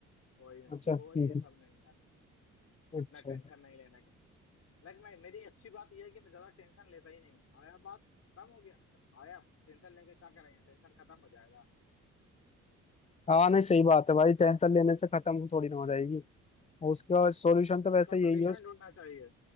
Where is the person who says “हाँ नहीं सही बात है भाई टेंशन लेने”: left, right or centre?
Left